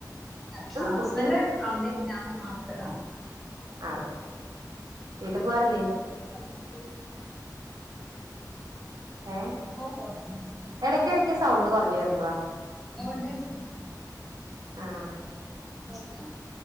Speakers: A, in the centre; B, on the right.
A: ആഹ്, ആഹ്
B: കുട്ടിയും
A: ഹസ്ബൻഡ് അമ്മിം ഞാനും മാത്ര ആഹ്.
B: ആതെ, വീട്ടി പോവാറില്ല്യേ?
A: ഹലോ?
B: ഏഹ്,
A: <unintelligible>
B: എടക്കെടക്ക് സൗണ്ട് കൊറഞ്ഞു വരണുണ്ടെടാ
A: ഓഹ് ണ്ട്‌ണ്ട്
B: ആഹ്,
A: നോക്കിയോ